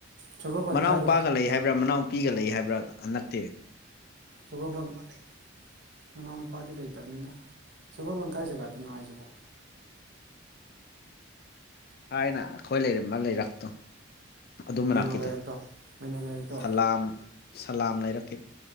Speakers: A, on the right; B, on the left.
A: ꯁꯒꯣꯜꯕꯟ
B: ꯃꯅꯥꯎ
A: ꯀꯥꯏ
B: ꯅꯨꯨꯄꯥꯒ ꯂꯩ ꯍꯥꯏꯕ꯭ꯔꯥ ꯃꯅꯥꯎꯅꯨꯄꯤꯒ ꯂꯩ ꯍꯥꯏꯕ꯭ꯔꯥ ꯅꯛꯇꯦ
A: <unintelligible> ꯃꯅꯥꯎꯅꯨꯄꯥꯗꯤ ꯂꯩꯇꯕꯅꯤꯗ ꯁꯒꯣꯜꯕꯟ ꯀꯥꯏ ꯖꯒꯗꯅꯣ ꯍꯥꯏꯁꯤꯕꯣ
B: ꯊꯥꯏꯅ ꯑꯩꯈꯣꯏ ꯂꯩꯔꯝꯕ ꯂꯩꯔꯛꯇꯣ ꯑꯗꯨ ꯃꯅꯥꯛꯀꯤꯗꯥ
A: ꯃꯩꯅꯣ ꯂꯩꯔꯛꯇꯣ ꯃꯩꯅꯣ ꯂꯩꯔꯛꯇꯣ
B: ꯁꯂꯥꯝ ꯁꯂꯥꯝ ꯂꯩꯔꯛꯀꯤ